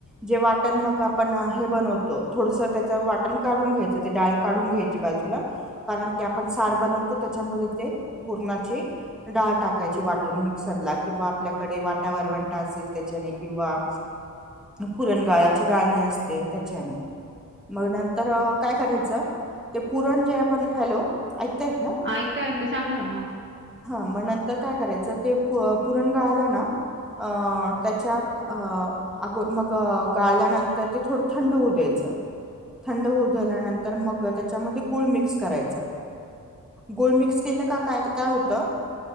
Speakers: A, in the centre; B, on the right.
A: जेव्हा. वाटण मग आपण हे बनवतो. थोडसं त्याचं वाटण काढून घ्यायचं ते डाळ काढून घ्यायची बाजूला. कारण की आपण सार बनवतो. त्याच्यामध्ये ते पूर्णाची डाळ टाकायची वाट मिक्सरला किंवा आपल्याकडे वाटा-वरवंटा असेल त्याच्याने किंवा पुरणगाळाची गाणी असते त्याच्याने. मग नंतर काय करायचं ते पुरण जे ण हलो ऐकय ना
B: ऐकता ऐकता सांगा ना हा
A: मग नंतर काय करायचं ते पुरण गाळलं ना अ त्याच्या अग मग गाळल्यानंतर ते थोडं थंड होऊ द्यायच थंड होतल्यानंतर मग त्याच्यामध्ये गुळ मिक्स करायचा गोल मिक्स केलं का काय काय होतं